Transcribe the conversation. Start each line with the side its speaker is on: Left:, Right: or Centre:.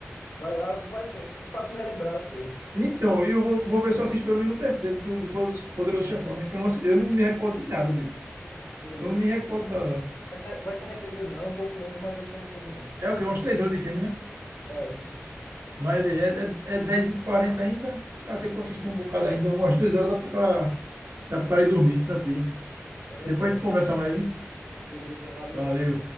Left: Vai lá, tu vai pra tu relembrar as coisas.
Right: Então, e eu vou, vou ver se eu assisto pelo menos o terceiro do, do Poderoso Chefão, né? Que eu não, assi- eu não me recordo de nada dele.
Left: Beleza,
Right: Não me
Left: assiste
Right: recordo
Left: lá.
Right: de nada lá.
Left: Vai se, vai se arrepender, não. É um pouco longo, mas vai se arrepender, não.
Right: É o quê? Umas três horas de filme, né?
Left: É isso.
Right: Mas, velho, é, é, é 10h40 ainda. Dá tempo pra assistir um bocado ainda. Umas duas horas dá pro cara, dá pro cara ir dormir, tranquilo.
Left: É verdade.
Right: Depois a gente conversa mais, viu?
Left: Beleza, valeu.
Right: Valeu.